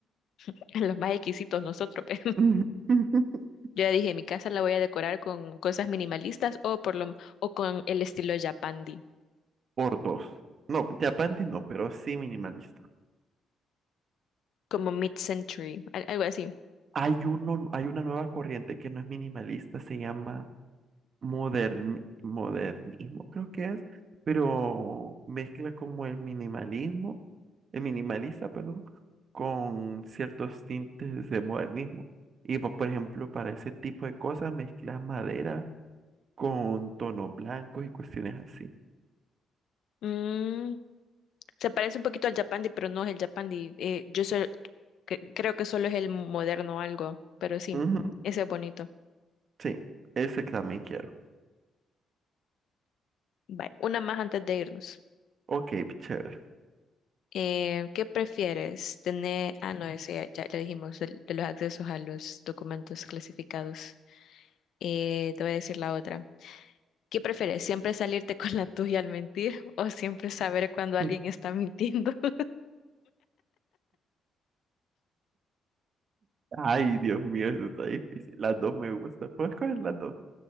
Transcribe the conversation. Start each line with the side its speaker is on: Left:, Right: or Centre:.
Left: <laughs> los más exquisitos nosotros. <laughs> pe.
Right: <laughs>
Left: Yo ya dije, mi casa la voy a decorar con cosas minimalistas o por lo, o con el estilo Japandi,
Right: Por dos. No, Japandi no, pero sí minimalista.
Left: como mid-century, al- algo así.
Right: Hay uno, hay una nueva corriente que no es minimalista, se llama moderni- modernismo, creo que es, pero mezcla como el minimalismo, el minimalista, perdón, con ciertos tintes de modernismo. Y po- por ejemplo, para ese tipo de cosas mezclas madera con tonos blancos y cuestiones así.
Left: Mm, Se parece un poquito al Japandi, pero no es el Japandi. Eh, yo sol- cre- creo que solo es el moderno algo, pero sí,
Right: Ujú,
Left: ese es bonito.
Right: Sí, ese también quiero.
Left: Vale, una más antes de irnos.
Right: Ok, chévere.
Left: Eh, ¿qué prefieres? Tener, ah, no, ese ya, ya ya dijimos, del- de, los accesos a los documentos clasificados. Eh, te voy a decir la otra. ¿Qué prefieres? ¿Siempre salirte con la tuya al mentir <laughs> o siempre saber cuando alguien
Right: <laughs>
Left: está mintiendo? <laughs>
Right: Ay, Dios mío, eso está difícil. Las dos me gustan. puedes escoger las dos?